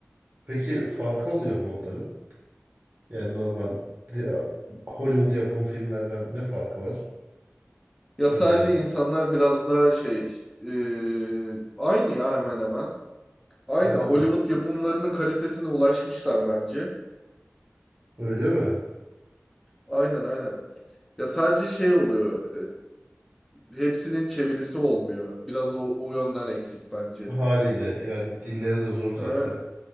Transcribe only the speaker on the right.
Peki farkı oluyor mu onların? Yani normal ya, Hollywood yapımı filmlerden ne farkı var
özellikle?
Öyle
mi?
Öyle mi?
Haliyle yani dilleri de zor zaten.